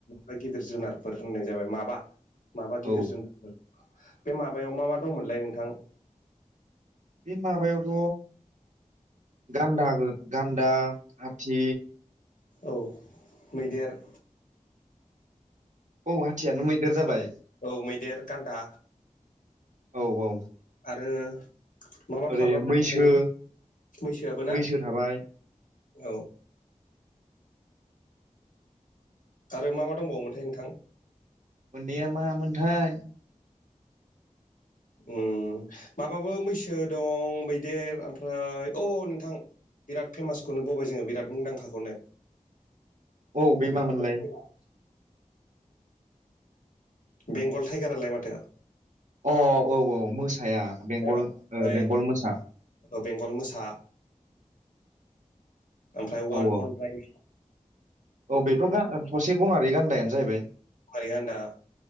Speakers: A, on the left; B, on the right.
A: मा गिदिर जुनारफोर होननाय जाबाय माबा माबा
B: औ
A: गिदिर जुनारफोर। बे माबायाव मा मा दंमोनलाय नोंथां?
B: बे माबायावथ' गान्दा गान्दा हाथि
A: औ मैदेर
B: औ हाथियानो मैदेर जाबाय
A: औ मैदेर गान्दा
B: औ औ
A: आरो मा मा
B: ओरै
A: थाबावो
B: मैसो
A: मैसोआबो ना
B: मैसो थाबाय
A: औ आरो मा मा दंबावोमोनथाय नोंथां?
B: मौ़ननैया मा मोनथाय
A: ओम माबाबो मैसो दं मैदेर ओमफ्राय अ नोंथां बिराद फेमासखौनो बावबाय जोङो बिराद मुंदांखाखौनो
B: औ बे
A: बेंगल
B: मामोनलाय
A: टाइगार बेंगल टाइगारालाय माथो
B: अ औ औ मोसाया
A: औ
B: बेंगल
A: ओमफ्राय
B: बेंगल मोसा
A: बेंगल मोसा ओमफ्राय वान
B: औ औ
A: हड्रेड
B: औ बेथ' गा थसे गङारि गान्दायानो जाहैबाय
A: मारै आन्दा